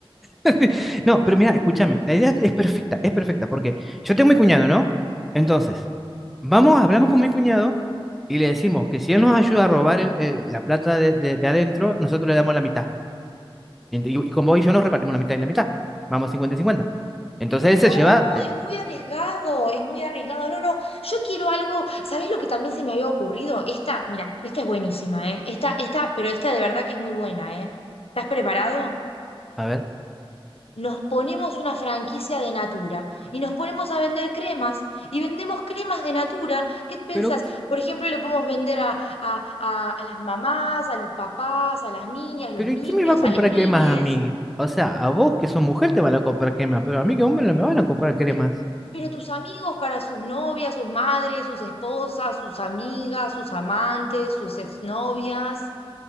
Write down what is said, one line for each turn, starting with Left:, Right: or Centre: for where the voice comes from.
Centre: <laughs> no, pero mira, escúchame. La idea es perfecta, es perfecta, porque yo tengo mi cuñado, ¿no? Entonces, vamos, hablamos con mi cuñado y le decimos que si él nos ayuda a robar el- eh, la plata de, de- de adentro, nosotros le damos la mitad. Y, y- y con vos y yo nos repartimos la mitad y la mitad. Vamos cincuenta y 50. Entonces él
Left: No,
Centre: se lleva, eh,
Left: es muy arriesgado, es muy arriesgado. No, no, yo quiero algo. ¿Sabés lo que también se me había ocurrido? Esta, mira, esta es buenísima, ¿eh? Esta, esta, pero esta de verdad que es muy buena, ¿eh? ¿Estás preparado?
Centre: A ver,
Left: nos ponemos una franquicia de Natura y nos ponemos a vender cremas y vendemos cremas de Natura. ¿Qué pensás?
Centre: pero,
Left: Por ejemplo, le podemos vender a, a- a- a las mamás, a los papás, a las niñas, los
Centre: pero
Left: niños,
Centre: ¿y quién me va a comprar
Left: a las niñes.
Centre: cremas a mí? O sea, a vos que sos mujer te van a comprar cremas, pero a mí que hombre no me van a comprar cremas.
Left: Y, pero tus amigos para sus novias, sus madres, sus esposas, sus amigas, sus amantes, sus exnovias.